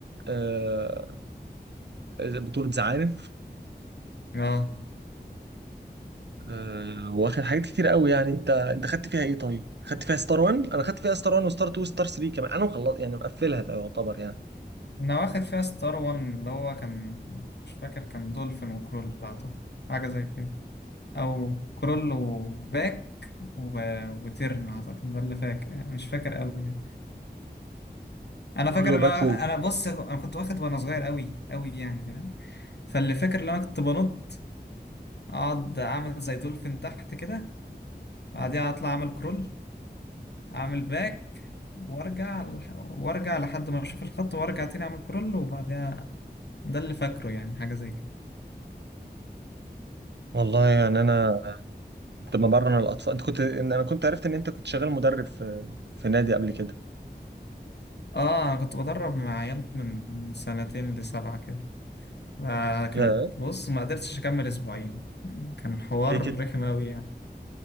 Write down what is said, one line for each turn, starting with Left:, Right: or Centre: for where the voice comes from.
Right: آه آه، بطولة زعانف
Left: اه
Right: آه واخد حاجات كتير قوي يعني انت انت خدت فيها ايه طيب؟ خدت فيها ستار 1 انا خدت فيها ستار 1 وستار 2 وستار 3 كمان انا مخلص يعني مقفلها ده يعتبر يعني
Left: انا واخد فيها ستار وان اللي هو كان مش فاكر كان دولفين وكرول اعتقد حاجة زي كده او كرول وباك و... وترن اعتقد ده اللي فاكر مش فاكر قوي انا
Right: كله
Left: فاكر اللي
Right: باكو
Left: انا انا بص انا كنت واخد وانا صغير قوي قوي يعني فاهم فاللي فاكر اللي انا كنت بنط اقعد اعمل زي دولفين تحت كده بعديها اطلع اعمل كرول اعمل باك وارجع لح- وارجع لحد ما اشوف الخط وارجع تاني اعمل كرول وبعديها ده اللي فاكره يعني حاجه زي كده
Right: والله يعني انا كنت بمرن الاطفال انت كنت إن انا كنت عرفت ان انت كنت شغال مدرب في في نادي قبل كده
Left: اه أنا كنت بدرب مع عيال من سنتين لسبعه كده وكانت
Right: يا
Left: بص ما قدرتش اكمل اسبوعين كان حوار
Right: ليه كده
Left: رخم قوي يعني